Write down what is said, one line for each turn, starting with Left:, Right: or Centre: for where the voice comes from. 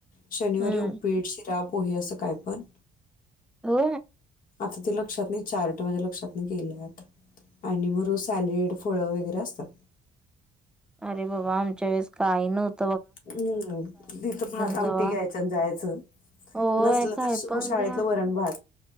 Left: शनिवारी
Centre: हम्म
Left: उपीट शिराब पोहे असं काय पण.
Centre: हो
Left: आता ते लक्षात नाही चार्ट माझ्या लक्षात नाही केले आता आणि मग सॅलेड फळ वगैरे असतात.
Centre: अरे बाबा आमच्या वेळेस काही नवतं.
Left: हम्म तिथं भात आमटी
Centre: जावा
Left: घ्यायचं आणि जायचं
Centre: होय
Left: नसलं
Centre: काय
Left: तर
Centre: पण
Left: शाळेतलं
Centre: घ्या
Left: वरण भात